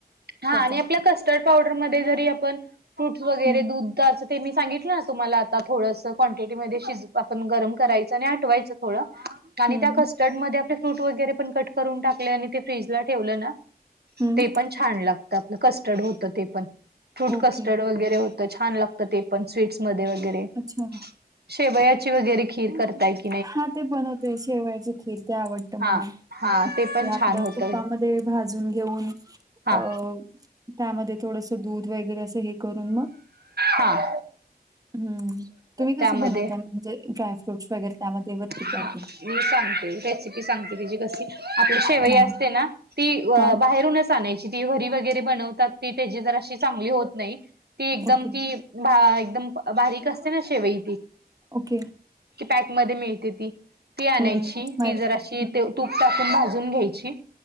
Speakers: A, on the right; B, on the right.
A: हा
B: त्याचा
A: आणि आपल्या कस्टर्ड पावडर म आपण फ्रुट वर
B: हम्म
A: द ते मी सांगितलं ना तुम्हाला आता थोडंस क्वांटिटीमध्ये शिजवून आपण गरम करायचं आणि आटवायचं थोडं. आणि
B: हम्म.
A: त्या कस्टर्ड मध्ये आपले फ्रूट वगैरे पण कट करून टाकले आणि ते फ्रीजला ठेवलं ना.
B: हं,
A: ते पण छान लागत आपलं कस्टर्ड होत ते पण फ्रूट
B: ओके.
A: कस्टर्ड वगैरे होत. छान लागत ते पण स्वीट् म वगैरे
B: अच्छा.
A: शेवयाची वगैरे खीर करतायेत.
B: हा ते बनवते शेवयाची खीर ते आवडत
A: हा
B: मला
A: हा
B: ते
A: पण छान
B: आपल्या
A: होत
B: तुप्पामध्ये भाजून घेऊन अं.
A: हा
B: त्यामध्ये थोडस दूध वगैरे असं हे करून मग
A: ह.
B: हम्म तुम्ही
A: त्यामध्ये
B: कसं बनवता म्हणजे ड्रायफ्रूट्स वगैरे त्यामध्ये वरती
A: हा
B: टाकून
A: मी सांगते रेसिपी सांगते की जी कशी आपली शेवई
B: हां,
A: असते ना. ती
B: हां.
A: अ बाहेरूनच आणायची ती हरी वगैरे बनवतात ती त्याची जर अशी चांगली होत नाही. ती एकदम
B: ओके,
A: ती बा एकदम बारीक असते ना शेवई ती
B: ओके.
A: की पॅकमध्ये मिळते ती ती आणायची
B: हं, माहिती
A: ती जर
B: आहे.
A: अशी
B: हं,
A: तूप टाकून भाजून घ्यायची.